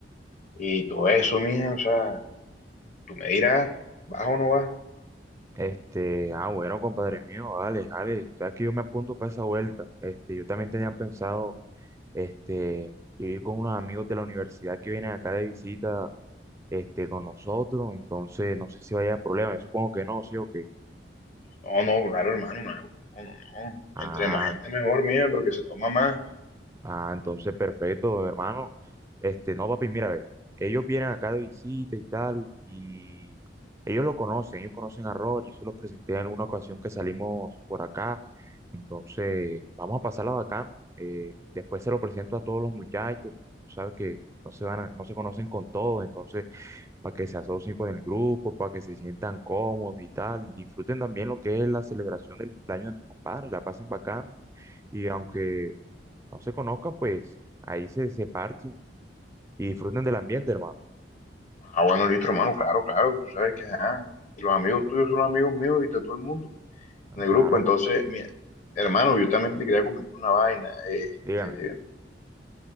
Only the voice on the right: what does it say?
este, ah, bueno, compadre mío, vale, vale, sabes que yo me apunto para esa vuelta. Este, yo también tenía pensado, este, ir con unos amigos de la universidad que vienen acá de visita, este, con nosotros, entonces no sé si vaya a haber problema, yo supongo que no, sí o qué.
Ah,
Ah, entonces perfecto, hermano. Este, no, papi, mira, ve, ellos vienen acá de visita y tal, y ellos lo conocen, ellos conocen a Robert, yo se los presenté en alguna ocasión que salimos por acá, entonces vamos a pasarla bacano. Eh, después se lo presento a todos los muchachos, sabes que no se van a- no se conocen con todos, entonces para que se asocien con el grupo, para que se sientan cómodos y tal, y disfruten también lo que es la celebración del cumpleaños de mi compadre, la pasen bacano. Y aunque no se conozcan, pues ahí se, se parchen y disfruten del ambiente, hermano.
Ah,
claro,
com-
dígame,